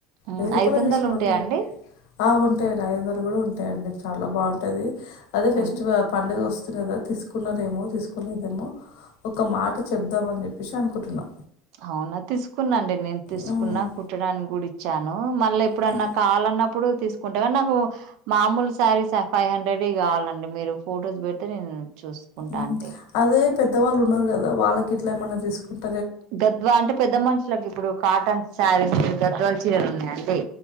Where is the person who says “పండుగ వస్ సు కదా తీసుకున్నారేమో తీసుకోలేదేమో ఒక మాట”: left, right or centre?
Left